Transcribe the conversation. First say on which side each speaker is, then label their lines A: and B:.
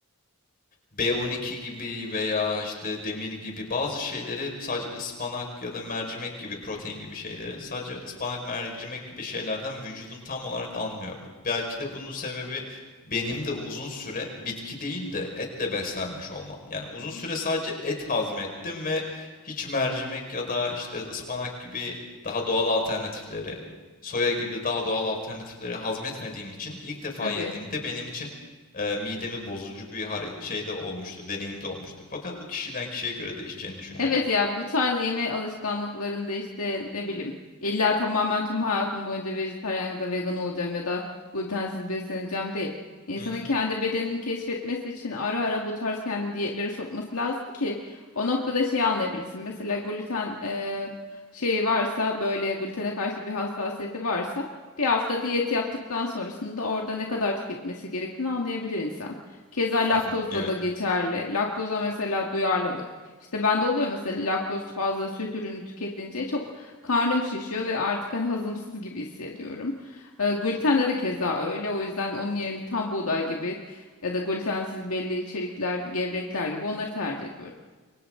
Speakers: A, on the left; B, on the left.
A: B12 gibi veya işte demir gibi bazı şeyleri sadece ıspanak ya da mercimek gibi protein gibi şeyleri sadece ıspanak mercimek gibi şeylerden vücudum tam olarak almıyor. Belki de bunun sebebi benim de uzun süre bitki değil de etle beslenmiş olmam. Yani uzun
B: Hı hı.
A: süre sadece et hazmettim ve hiç mercimek ya da işte ıspanak gibi daha doğal alternatifleri, soya gibi daha doğal alternatifleri hazmetmediğim için ilk defa
B: Tabii.
A: yediğimde benim için e, midemi bozucu bir hare- şey de olmuştu, deneyim de olmuştu. Fakat bu kişiden kişiye göre değişeceğini düşünüyorum.
B: Evet ya bu tarz yeme alışkanlıklarında işte ne bileyim illa tamamen tüm hayatım boyunca vejetaryen ya da vegan olacağım ya da glutensiz besleneceğim değil. İnsanın
A: Hı hı,
B: kendi bedenini keşfetmesi için ara ara bu tarz kendi diyetlere sokması lazım ki o noktada şeyi anlayabilsin. Mesela gluten eee, şeyi varsa böyle glutene karşı bir hassasiyeti varsa bir hafta diyet yaptıktan sonrasında orada ne kadar tüketmesi gerektiğini anlayabilir insan. Keza laktozda
A: hı hı. Evet,
B: da geçerli. Laktoza mesela duyarlılık. İşte bende oluyor mesela laktoz fazla süt ürünü tüketince çok karnım şişiyor ve artık hani hazımsız gibi hissediyorum. Ee, gluten de keza öyle. O yüzden onun yerine tam buğday gibi ya da glutensiz belli içerikler, gevrekler gibi onları tercih ediyorum.